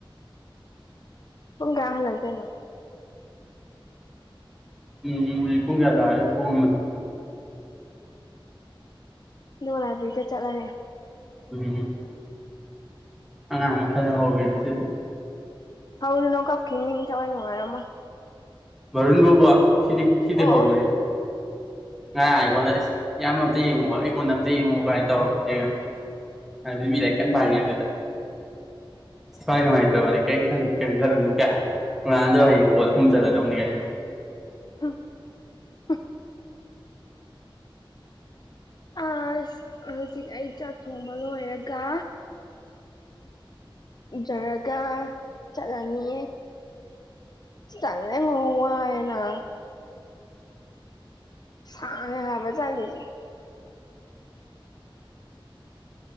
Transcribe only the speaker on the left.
ꯄꯨꯡ ꯀꯌꯥ ꯍꯜꯂꯛꯇꯣꯏꯅꯣ
ꯗꯨꯒ ꯂꯥꯏꯕ꯭ꯔꯤꯗ ꯆꯠꯂꯅꯤ
ꯍꯧꯔꯨꯅꯨ ꯀꯞꯈꯤꯅꯤ ꯊꯋꯥꯏ ꯅꯨꯡꯉꯥꯏꯔꯝꯃꯣꯏ
ꯑꯣ
ꯑꯣ
<unintelligible> ꯑꯁ ꯍꯨꯖꯤꯛ ꯑꯩ ꯆꯥꯛ ꯊꯣꯡꯕ ꯂꯣꯏꯔꯒ ꯂꯨꯖꯔꯒ ꯆꯠꯂꯅꯤ ꯇꯜꯂꯦꯉꯣ ꯋꯥꯏꯌꯦ ꯅꯥ ꯁꯥꯡꯉꯦ ꯍꯥꯏꯕ ꯆꯠꯂꯤꯖꯤ